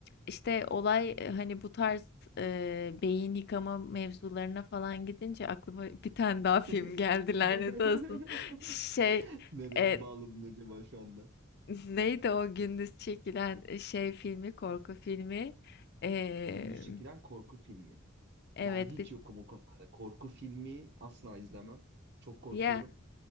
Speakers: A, on the left; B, on the right.
A: işte olay e, hani bu tarz e, beyin yıkama mevzularına falan gidince aklıma bir tane daha film
B: <laughs>
A: geldi lanet olsun. Şey
B: Nereye
A: e,
B: bağladın acaba şu anda?
A: neydi o gündüz çekilen e, şey filmi korku filmi. Ee,
B: Gündüz çekilen korku filmi.
A: evet
B: Ben hiç
A: bir,
B: yokum o konularda. Korku filmi asla izlemem. Çok korkuyorum.
A: ya